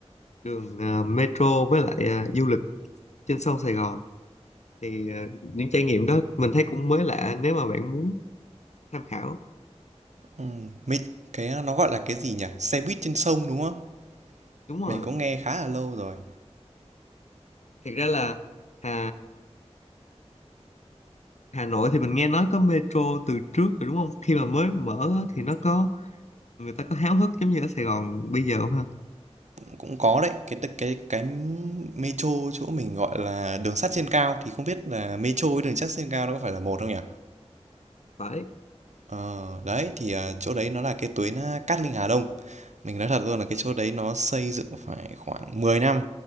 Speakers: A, on the left; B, on the right.
A: đường ờ, metro với lại ờ, du lịch trên sông Sài Gòn thì ờ, những trải nghiệm đó mình thấy cũng mới lạ nếu mà bạn muốn tham khảo
B: Ừm, mình cái nó gọi là cái gì nhỉ? Xe buýt trên sông, đúng không?
A: đúng
B: Mình
A: rồi
B: cũng nghe khá là lâu rồi,
A: thiệt ra là à, Hà Nội thì mình nghe nói có metro từ trước rồi đúng không? Khi mà mới mở á, thì nó có người ta có háo hức giống như ở Sài Gòn bây giờ không ha?
B: cũng có đấy, cái cái cái metro chỗ mình gọi là đường sắt trên cao thì không biết là metro với đường sắt trên cao nó có phải là một không nhỉ?
A: Phải.
B: Ờ, đấy, thì, à, chỗ đấy nó là cái tuyến, a, Cát Linh Hà Đông. Mình nói thật luôn là cái
A: Ừ.
B: chỗ đấy nó xây dựng phải khoảng 10 năm,